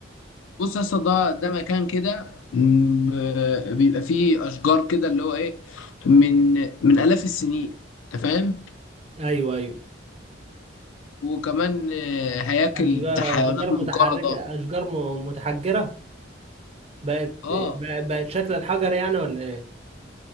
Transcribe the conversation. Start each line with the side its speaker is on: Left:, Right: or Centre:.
Left: بص يا اسطى ده ده مكان كده م- آه، بيبقى فيه اشجار كده اللي هو ايه من من الاف السنين انت فاهم
Right: أيوه أيوه
Left: وكمان آه، هياكل
Right: أشجار
Left: بتاع حيوانات
Right: أشجار متحركة
Left: منقرضة
Right: أشجار م- متحجرة بقت
Left: اه
Right: بق- بقت شكل الحجر يعني ولا إيه؟